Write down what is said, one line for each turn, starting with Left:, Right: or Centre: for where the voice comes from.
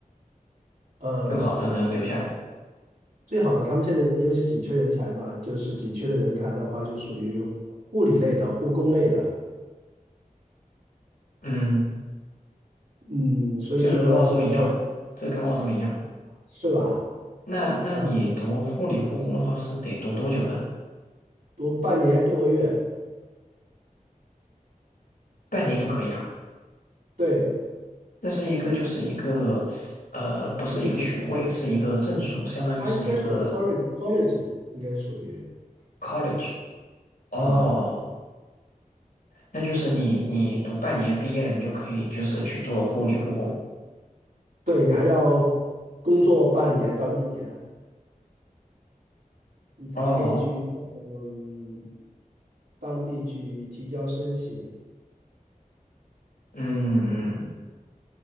Right: 嗯，
Left: 更好的能留下来。
Right: 最好的他们现在因为是紧缺人才嘛，就是紧缺的人才的话是属于护理类的、护工类的。
Left: 嗯，
Right: 嗯，所以说就在
Left: 这个跟澳洲一样，这跟澳洲一样。
Right: 是吧？
Left: 那那你读护理护工的话是得读多久呢？
Right: 啊、读半年六个月，
Left: 半年就可以啊。
Right: 对，
Left: 那是一个就是一个，呃，不是一个学位，是一个证书，相当于是一个
Right: 它应该属于 college college，应该属于
Left: college。哦，
Right: 啊，
Left: 那就是你你读半年毕业了，你就可以就是去做护理护工。
Right: 对你还要工作半年到一年，你才可以去嗯
Left: 哦，
Right: 当地去提交申请，
Left: 嗯嗯。